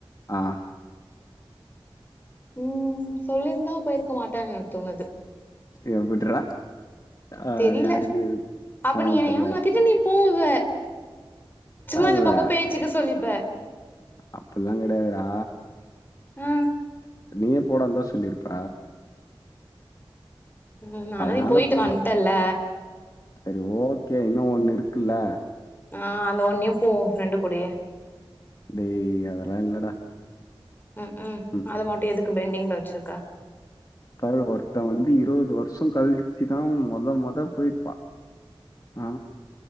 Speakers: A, on the left; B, on the left.
A: ஆ
B: ம் சொல்லிருந்தா போயிருக்க மாட்ட எனக்கு தோனுது
A: எப்புட்றா ஆ
B: தெரில
A: யாரு நீ
B: அப்ப
A: வேணான்
B: நீ என்ன
A: சொல்லிராத
B: ஏமாத்திட்டு நீ போவ சும்மா இந்த
A: இல்ல
B: பக்கோ பேச்சிக்கு சொல்லிப்பே
A: அப்பில்லா கெடையாதுறா
B: ஆ
A: நீயே போடாந்தா சொல்லிருப்ப
B: ம் அதா
A: அதனால
B: நீ போயிட்டு
A: சொன்னே
B: வன்ட்டேல்ல
A: சரி ஓகே இன்னு ஒன்னு இருக்குல்ல
B: ஆ அந்த ஒன்னுயு போ ஒ ஃப்ரெண்டு கூடே
A: டேய் அதெல்லா இல்லடா
B: ம்க்கூம்
A: ம்
B: அத மட்டு எதுக்கு பெண்டிங்ல வச்சிர்க்க
A: டேய் ஒருத்தன் வந்து இருவது வருஷ கழிச்சுதா தொத மொத போய் பா ஆ